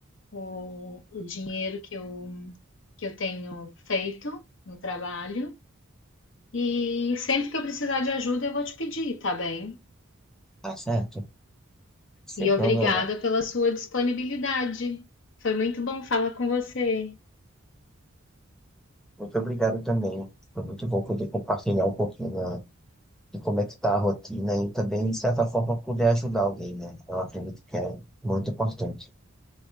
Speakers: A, on the left; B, in the centre.
A: o, o dinheiro que eu que eu tenho feito no trabalho. E sempre que eu precisar de ajuda, eu vou te pedir, tá bem?
B: Tá certo? Sem
A: E obrigada
B: problema.
A: pela sua disponibilidade. Foi muito bom falar com você.
B: Muito obrigado também. Foi muito bom poder compartilhar um pouquinho da de como é que tá a rotina e também, de certa forma, poder ajudar alguém, né? Eu acredito que é muito importante.